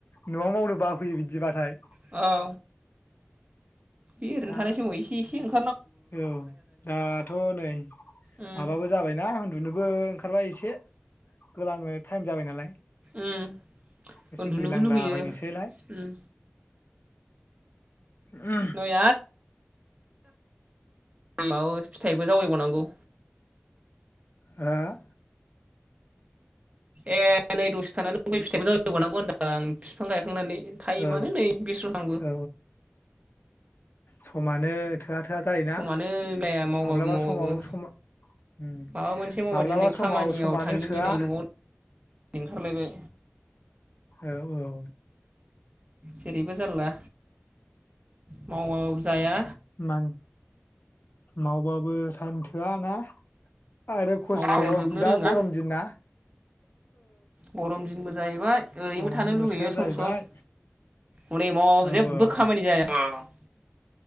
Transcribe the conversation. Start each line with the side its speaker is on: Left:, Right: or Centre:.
Left: नआव मावनो बफैयो बिदिबाथाय
Right: औ बे ओरैनो
Left: दा
Right: थानाय समाव इसे इसे ओं
Left: औ दाथ नै
Right: उम
Left: माबाबो जाबायना आं उन्दुनोबो ओंखारबाया एसे गोलांनो टाइम जाबाय नालाय।
Right: उम
Left: एसे
Right: उन्दुनोबो
Left: गोलांलाबायनोसैलाय
Right: लुगैयो उम
Left: उम
Right: नै माबाबो फिथाइबो जावैबावनांगौ
Left: हो
Right: ए नै दसे थानानै गइ फिथाइबो जावै बावनांगौ होनदों आं बिफां गायखांनानै। टाइमानो
Left: औ
Right: नै बेस्र आंबो
Left: औ समानो थोआ थोआ जायोना
Right: समानो मिलाया मावबाबो
Left: माब्लाबा
Right: मावबाबो
Left: समाव सम उम
Right: माबा मोनसे मावबा
Left: माब्लाबा
Right: दिनै
Left: समाव
Right: खामानियाव
Left: समानो
Right: थाङिनि
Left: थोआ
Right: नै नआव ओंखारलायबाय
Left: औ औ
Right: जेरैबो जारला मावाबाबो जाया
Left: मान मावबाबो टाइम थोआ ना आरो खस्थ
Right: मावबाबो जोबनो
Left: दा
Right: रोङा
Left: गरम दिना
Right: गरम दिनबो जाहैबाय ओरैनोबो
Left: गरम
Right: थानो
Left: बोथोर
Right: लुगैयो
Left: जाहैबाय
Right: सम सम हनै मावाबाबो
Left: औ
Right: जेबो
Left: औ
Right: खामानि जाया औ।